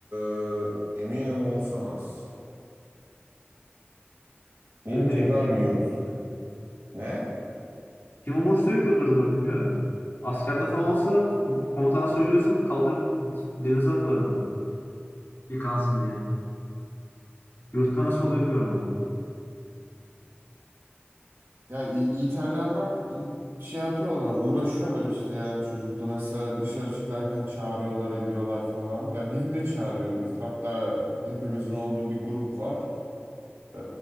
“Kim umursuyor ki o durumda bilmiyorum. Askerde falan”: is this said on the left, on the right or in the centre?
Left